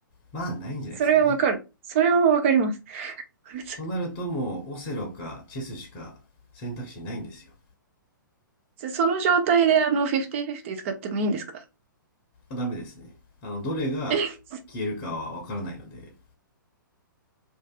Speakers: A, on the left (about 30°); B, on the right (about 35°).
A: まあないんじゃないですかね。
B: それはわかる。それはわかります。<laughs>
A: となるともうオセロかチェスしか選択肢ないんですよ。
B: その状態であの、50-50使ってもいいんですか
A: ダメですね。あの、どれが消えるかはわからないので、
B: え、ア